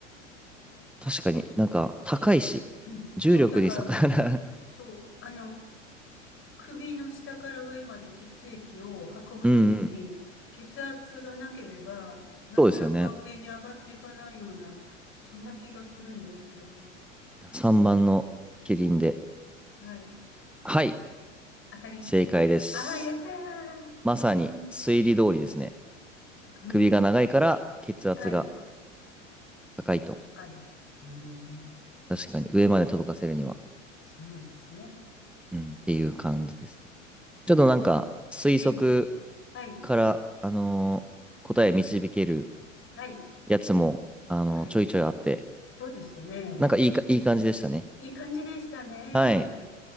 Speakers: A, in the centre; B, on the left.
A: 確かになんか高いし、
B: うん
A: 重力に逆らう。
B: <coughs> そう、だから、そう、あの、首の下から上まで血液を運ぶときに、
A: <laughs> うんうん。
B: 血圧がなければ、なかなか上に上がっていかないような、
A: そうですよね。
B: そんな気がするんですけど。
A: 3番のキリンで。
B: はい。
A: はい、
B: 当たり
A: 正解です。
B: ああー、やったー。
A: まさに推理通りですね。
B: うん。うん。
A: 首が長いから血圧が
B: はい。
A: 高いと。
B: 高い。うん。
A: 確かに上まで届かせるには。
B: そうなんですね。うん。
A: うん、っていう感じですね。ちょっとなんか推測
B: あー、ええ。はい。
A: から、あのー答え導ける
B: はい。
A: やつも、あのーちょいちょいあって、
B: はい。そうでしたね。
A: なんかいいか、いい感じでしたね。
B: いい感じでしたね。
A: はい。